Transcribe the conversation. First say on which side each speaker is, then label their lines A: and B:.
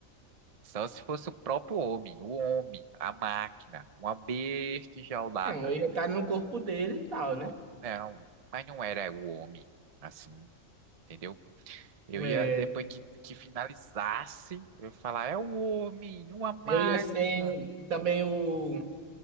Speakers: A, on the right (about 35°); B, on the right (about 85°).
A: Só se fosse o próprio homem, o homem, a máquina, uma besta enjaulada.
B: Não, eu ia estar no corpo dele e tal, né?
A: Não, mas não era o homem, assim, entendeu? Eu
B: É,
A: ia, depois que, que finalizasse, eu ia falar, é o homem, uma máquina.
B: eu ia ser também o